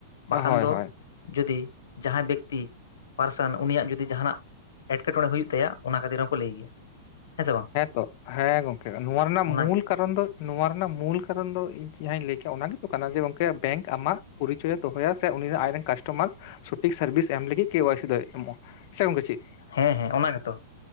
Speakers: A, on the left; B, on the left.
A: ᱵᱟᱠᱷᱟᱱ
B: ᱦᱳᱭ
A: ᱫᱚ
B: ᱦᱳᱭ
A: ᱡᱩᱫᱤ ᱡᱟᱦᱟᱸᱭ ᱵᱮᱠᱛᱤ ᱯᱟᱨᱥᱟᱱ ᱩᱱᱤᱭᱟᱜ ᱡᱩᱫᱤ ᱡᱟᱦᱟᱱᱟᱜ ᱮᱴᱠᱮᱴᱚᱬᱮ ᱠᱚ ᱦᱩᱭᱩᱜ ᱛᱟᱭᱟ ᱚᱱᱟ ᱠᱷᱟᱹᱛᱤᱨ ᱦᱚᱸᱠᱚ ᱞᱟᱹᱭ ᱜᱮᱭᱟ᱾ ᱦᱮᱸ ᱥᱮ ᱵᱟᱝ
B: ᱦᱮᱸᱛᱚ ᱦᱮᱸ ᱜᱚᱝᱠᱮ ᱱᱚᱣᱟ ᱨᱮᱱᱟᱜ
A: ᱚᱱᱟ
B: ᱢᱩᱞ ᱠᱟᱨᱚᱱ ᱫᱚ ᱱᱚᱣᱟ ᱨᱮᱱᱟᱜ ᱢᱩᱞ ᱠᱟᱨᱚᱱ ᱫᱚ ᱤᱧ ᱡᱟᱦᱟᱸᱧ ᱞᱟᱹᱭ ᱠᱮ ᱚᱱᱟᱜᱮᱛᱚ ᱠᱟᱱᱟ ᱡᱮ ᱜᱚᱝᱠᱮ ᱵᱮᱝᱠ ᱟᱢᱟᱜ ᱯᱚᱨᱤᱪᱚᱭᱮ ᱫᱚᱦᱚᱭᱟ ᱥᱮ ᱩᱱᱤ ᱟᱡᱨᱮᱱ ᱠᱟᱥᱴᱚᱢᱟᱨ ᱥᱚᱴᱷᱤᱠ ᱥᱟᱨᱵᱷᱤᱥ ᱮᱢ ᱞᱟᱹᱜᱤᱫ ᱠᱮ ᱚᱣᱟᱭᱥᱤ ᱫᱚᱭ ᱮᱢᱚᱜᱼᱟ᱾ ᱥᱮ ᱜᱚᱝᱠᱮ ᱪᱮᱫ?
A: ᱦᱮᱸ ᱦᱮᱸ ᱚᱱᱟ ᱜᱮᱛᱚ